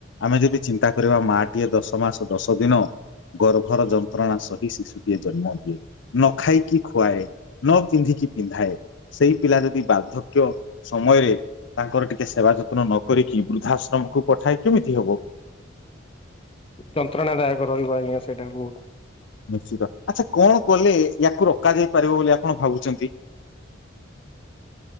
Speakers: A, on the left (about 70°); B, on the left (about 30°).
A: ଆମେ ଯଦି ଚିନ୍ତା କରିବା ମାଟିଏ ଦଶ ମାସ ଦଶ ଦିନ ଗର୍ଭର ଯନ୍ତ୍ରଣା ସହି ଶିଶୁଟିଏ ଜନ୍ମ ଦିଏ ନ ଖାଇ କି ଖୁଆଏ ନବ ପିନ୍ଧି କି ପିନ୍ଧାଏ ସେଇ ପିଲା ଯଦି ବାର୍ଦ୍ଧକ୍ୟ ସମୟରେ ତାଙ୍କର ଟିକେ ସେବା ଯତ୍ନ ନ କରିକି ବୃଦ୍ଧାଶ୍ର ତମକୁ ପଠାଏ କେମିତି ହବ।
B: ଯନ୍ତ୍ରଣା ଦାୟକ ରହିବ ଆଜ୍ଞା ସେଟା ବହୁତ।
A: ନିଶ୍ଚିତ ଆଚ୍ଛା କଣ କଲେ ୟାକୁ ରୋକାଯାଇ ପାରିବ ବୋଲି ଆପଣ ଭାବୁଚନ୍ତି? <inaudible>